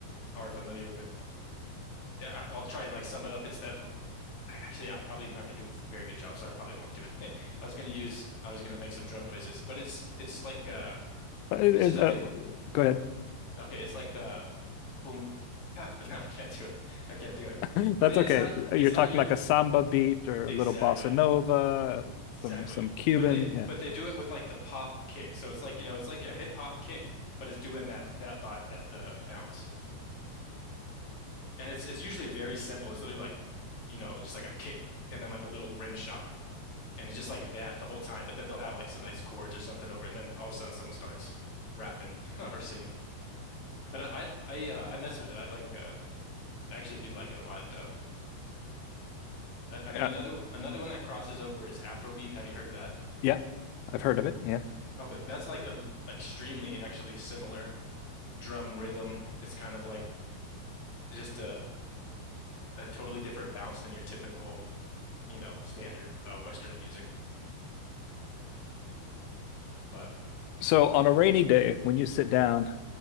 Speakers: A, on the left (about 45°); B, on the left (about 80°).
A: are familiar with. I- I'll try and like sum it up. It's that I actually I'm probably not going to do a very good job, so I probably won't do it. <laughs> I was going to use I was going to make some drum noises, but it's it's like uh
B: Uh, it-
A: it's just a
B: uh,
A: very
B: go ahead.
A: okay. It's like uh boom. pa- <laughs> No, I can't do it. I can't do it.
B: <laughs>
A: But
B: That's
A: it's
B: okay.
A: not
B: You're
A: it's not
B: talking
A: your
B: like a samba beat or
A: exactly
B: a little bossa nova,
A: exactly.
B: some some Cuban.
A: But they
B: Yeah.
A: but they do it with like the pop kick. So it's like you know it's like a hip hop kick, but it's doing that that vibe that uh, bounce. And it's it's usually very simple. It's literally like you know just like a kick and then like a little rim shot And it's just like that the whole time, but then they'll have like some nice chords or something over it, and then all of a sudden someone starts rapping <laughs> or singing. But I I uh, I mess with it. I like um I actually do like it a lot. Um, I, I mean
B: Yeah.
A: another another one that crosses over is Afrobeat. Have you heard of that?
B: Yeah. I've heard of it. Yeah.
A: Okay, that's like a extremely actually similar drum rhythm. It's kind of like just a a totally different bounce than your typical, you know, standard uh, Western music. But
B: So on a rainy day, when you sit down